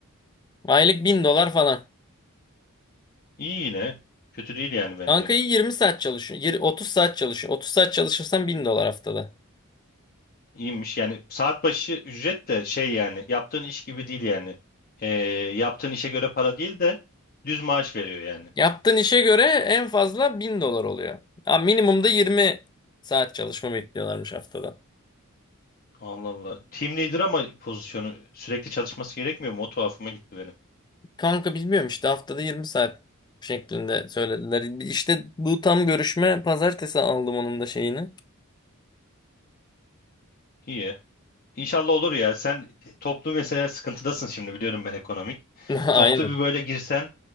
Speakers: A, on the left; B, on the left.
A: Aylık 1000 dolar falan.
B: İyi yine. Kötü değil yani bence.
A: Kanka iyi 20 saat çalışıyor. Yir- 30 saat çalışıyor. 30 saat çalışırsan 1000 dolar haftada.
B: İyiymiş yani saat başı ücret de şey yani yaptığın iş gibi değil yani. Ee, yaptığın işe göre para değil de düz maaş veriyor yani.
A: Yaptığın işe göre en fazla 1000 dolar oluyor. Ha, minimumda 20 saat çalışma bekliyorlarmış haftada.
B: Allah Allah. Team leader ama pozisyonu sürekli çalışması gerekmiyor mu? O tuhafıma gitti benim.
A: Kanka bilmiyorum işte haftada 20 saat şeklinde söylediler. İşte bu tam görüşme pazartesi aldım onun da şeyini.
B: İyi. İnşallah olur ya. Sen toplu mesela sıkıntıdasın şimdi biliyorum ben ekonomik.
A: <laughs> Aynen.
B: Toplu bir böyle girsen